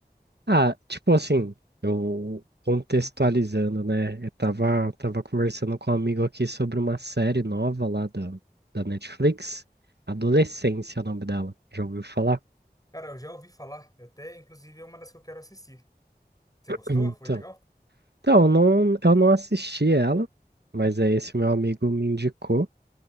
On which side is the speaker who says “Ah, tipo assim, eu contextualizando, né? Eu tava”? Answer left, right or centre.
Right